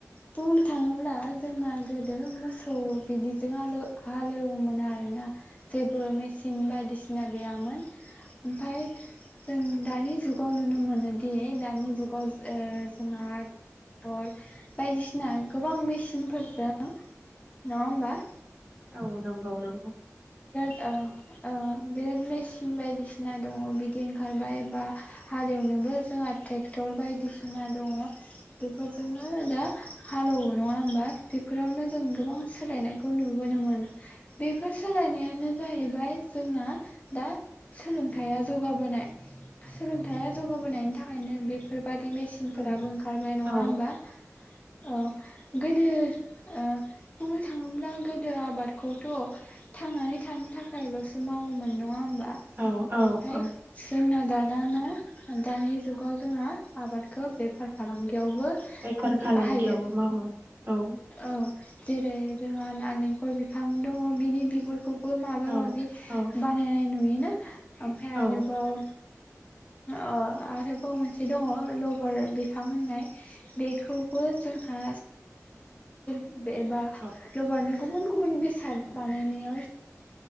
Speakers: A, on the left; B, on the right.
A: बुंनो थाङोब्ला जोंना गोदो मोसौ बिदिजों हालेव- हालेवोमोन आरोना जेबो मेचिन बायदिसिना गैयामोन ओमफाय जों दानि जुगाव नुनो मोनोदि दानि जुगाव ओ जोंहा टर बायदिसिना गोबां मेसिनफोरजों नङा होमबा
B: औ नंगौ नंगौ
A: औ ओ बिराद मेसिन बायदिसिना दङ बिदि ओंखारबाय बा हालेवनोबो जोंहा ट्रेक्ट'र बायदिसिना दङ बेफोरजोंनो दा हालौवो नङा होमबा बेफोरावनो जों गोबां सोलायनायखौ नुबोनो मोनो बेफोर सोलायनायानो जाहैबाय जोंना दा सोलोंथाइया जौगाबोनाय सोलोंथाइया जौगाबोनायनि थाखायनो बेफोर बायदि मेसिनफोराबो
B: औ
A: ओंखार नङा
B: औ
A: होनबा औ गोदो दो ओ बुंनो थाङोब्ला गोदो आबादखौथ' थांनानै थानो थाखायल'सो मावोमोन नङा होमबा
B: औ औ
A: आमफाय
B: औ
A: जोंना दा दाना दानि जुगाव जोंहा आबादखौ बेफार खालामदो बेयावबो
B: बेफार फालांगियावबो
A: बाहायो
B: मावो औ
A: औ जेरै जोंहा नारेंखल बिफां दङ बिनि बिगुरखौ बो माबा
B: औ
A: माबि
B: औ
A: बानायनाय नु बिनो आमफाय
B: औ
A: आरोबाव अ आरोबाव मोनसे दङ लबार बि बिफां होननाय बेखौबो जोंहा बेबा
B: औ
A: लबारनि गुबुन गुबुन बेसाद बाहायो